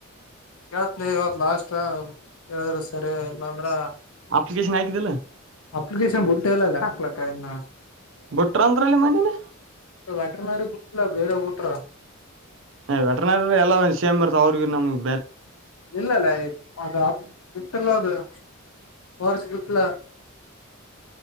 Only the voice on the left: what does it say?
ಇವಾಗ ಲಾಸ್ಟ್ ಹೇಳಿದ್ರರು ಸರಿ ಇಲ್ಲಾ ಅಂದ್ರ
ಅಪ್ಲಿಕೇಶನ್ ಬುಟ್ಟ ಎಲ್ಲಲ್ಲ ಹಾಕ್ಲಕ್ಕ ಇನ್ನ
ವಟರ್ ನಾರಿ ಬಟ್ಟಿಲ್ಲ ಬೇರೆ ಊಟ್ರ
ಇಲ್ಲ ಇಲ್ಲ ಅ ಇಟ್ಟಲ ಅದು ಹೊರ್ಸ ಇಟ್ಲ